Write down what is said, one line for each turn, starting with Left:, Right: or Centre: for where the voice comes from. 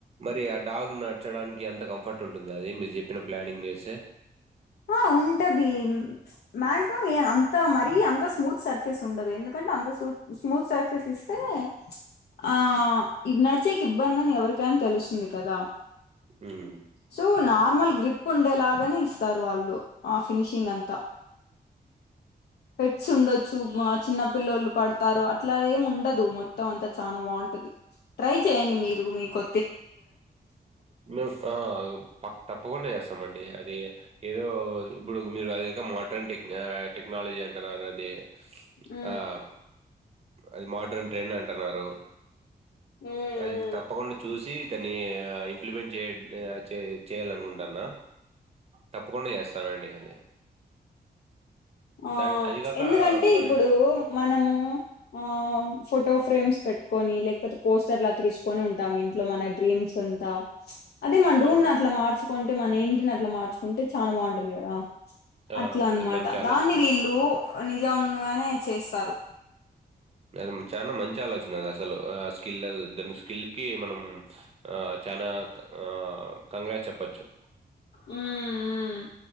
Right: మరి అ డాగ్ నడ్చడానికి అంత కంఫర్ట్ ఉంటదా అది మీరు చెప్పిన ప్లానింగ్ చేస్తే
Left: ఆ ఉంటది ప్చ్ మాక్సిమం ఏ అంత మరీ అంత స్మూత్ సర్ఫేస్ ఉండదు ఎందుకంటే అంత సూత్ స్మూత్ సర్ఫేస్ ఇస్తే ఉ ప్చ్ ఆ ఇవి నడిచేకి ఇబ్బంది అని ఎవరికైనా తెలుస్తుంది కదా
Right: హ్మ్.
Left: సో నార్మల్ గా గ్రిప్ ఉండేలాగానే ఇస్ స్తారు వాళ్ళు ఆ ఫినిషింగ్ అంతా పెట్స్ ఉండొచ్చు మా చిన్న పిల్లోలు పడ్తారు అట్లా ఏం ఉండదు మొత్తం అంత చనా బాగుంటది ట్రై చెయండి మీరు మీకో
Right: ము ఆ ప్ క్ తప్పకుండా చేస్తామండి అది ఏదో ఇప్పుడు మీరు అదేదో మోడ్రన్ టెక్ టెక్నాలజీ అంటున్నారు కద అది
Left: మ్
Right: ఆహ్, అది మోడ్రన్ ట్రైన్ అంటున్నారు
Left: ఉమ్
Right: అది తప్పకుండా చూసి దన్ని ఇంప్లిమెంట్ చేయ్ చే చే చేయ్యలనుకుంటాన్న తప్పకుండా చేస్తానండి అది
Left: ఆ
Right: దాన్ అది గాక
Left: ఎందుకంటే
Right: మరి
Left: ఇప్పుడూ మనమూ ఆ ఫొటో ఫ్రేమ్స్ పెట్టుకొని లేకపోతే పోస్టర్లతికిచ్చుకొని ఉంటాము ఇంట్లో మన డ్రీమ్స్ సంతా అదే మన రూమ్
Right: అవును.
Left: నట్లా మార్చుకుంటే మన ఇంటినట్లా మార్చ్ ఉంటే చాన బాగుంటుంది కదా
Right: ఆ!
Left: అట్లన్మాట
Right: అది మంచి ఆలోచన.
Left: దాన్ని వీళ్ళు నిజంగానే చేస్తారు
Right: మ్ అ చాలా మంచి ఆలోచన అది అసలు ఆ స్కిల్ దాని స్కిల్కి మనం ఆ చనా ఆ కంగ్రాట్ చెప్పోచ్చు
Left: మ్ మ్